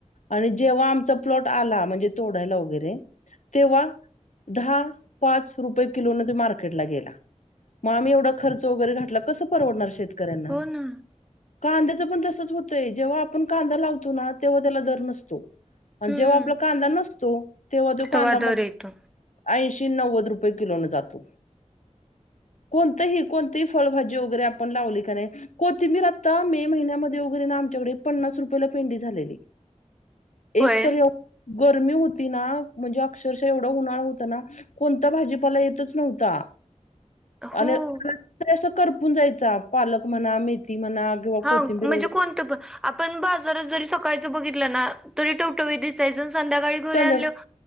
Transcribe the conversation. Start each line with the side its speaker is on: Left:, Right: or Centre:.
Left: आणि जेव्हा आमचा प्लॉट आला म्हणजे तोडायला वगैरे तेव्हा दहा पाच रुपये किलो न ते मार्केटला गेला. मग आम्ही एवढा खर्च वगैरे घातला कसं परवडणार शेतकऱ्यांना
Centre: हो ना
Left: कांद्याचं पण तसच होतंय जेव्हा आपण कांदा लावतो ना तेव्हा त्याला दर नसतो.
Centre: हम्म
Left: जेव्हा आपला कांदा नसतो तेव्हा त्यो कांदा
Centre: तवा
Left: मग
Centre: दर येतो
Left: ऐंशी नव्वद रुपये किलो नं जातो कोणतंही कोणतीही फळभाजी वगैरे आपण लावली कनाय कोथिंबीर आता मे महिन्यामध्ये वगैरे ना आमच्याकडे पन्नास रुपयेला पेंडी झालेली
Centre: होय
Left: एकतर गर्मी होती ना म्हणजे अक्षरशः एवढा उन्हाळा होता ना कोणता भाजीपाला येतच नव्हता.
Centre: हो
Left: आणि अस करपून जायचा पालक म्हणा, मेथी म्हणा किंवा
Centre: हा
Left: कोथिंबीर
Centre: म्हणजे
Left: वगैरे
Centre: कोण? तं पण आपण बाजारात जरी सकाळच बघितलं ना तरी टवटवीत दिसायचा आणि संध्या काळी घरी
Left: संध्याकाळ
Centre: आणल्यावर